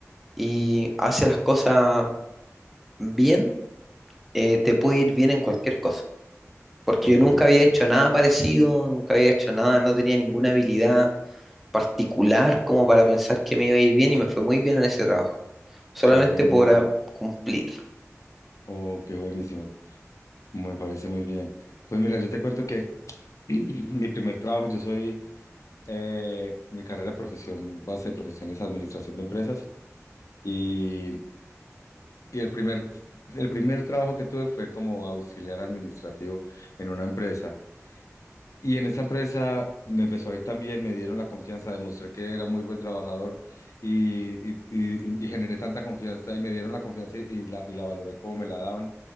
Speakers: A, in the centre; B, on the left (about 80°).
A: y hace las cosas bien, eh, te puede ir bien en cualquier cosa. Porque
B: correcto,
A: yo nunca había
B: sí.
A: hecho nada parecido, nunca había hecho nada, no tenía ninguna habilidad particular como para pensar que me iba a ir bien y me fue muy bien en ese trabajo, solamente
B: Qué buenísimo.
A: por ah, cumplirlo.
B: Oh, qué buenísimo. Me parece muy bien. Pues mira, yo te cuento que <clears throat> mi primer trabajo, yo soy, eh, mi carrera de profesión, base de profesión es administración de empresas y, y el primer, el primer trabajo que tuve fue como auxiliar administrativo en una empresa. Y en esta empresa me empezó a ir tan bien, me dieron la confianza, demostré que era muy buen trabajador y, y, y- y generé tanta confianza y me dieron la confianza y la, y la valoré como me la daban